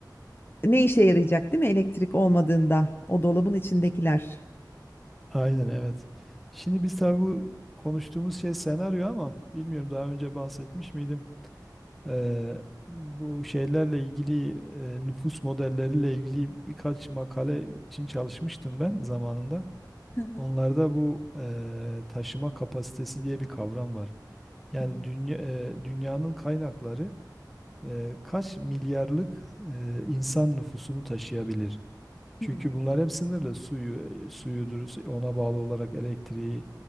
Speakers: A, on the left (about 30°); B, in the centre.
A: Ne işe yarayacak değil mi elektrik olmadığında o dolabın içindekiler?
B: Aynen evet. Şimdi biz tabii bu konuştuğumuz şey senaryo ama bilmiyorum daha önce bahsetmiş miydim? Ee, bu şeylerle ilgili e, nüfus modelleriyle ilgili birkaç makale için çalışmıştım ben zamanında.
A: Hı hı,
B: Onlarda bu e, taşıma kapasitesi diye bir kavram var. Yani
A: hı hı.
B: dünya, e, dünyanın kaynakları e, kaç milyarlık e, insan nüfusunu taşıyabilir?
A: Hmm.
B: Çünkü bunlar hep sınırlı. Suyu, e, suyudur, ona bağlı olarak elektriği,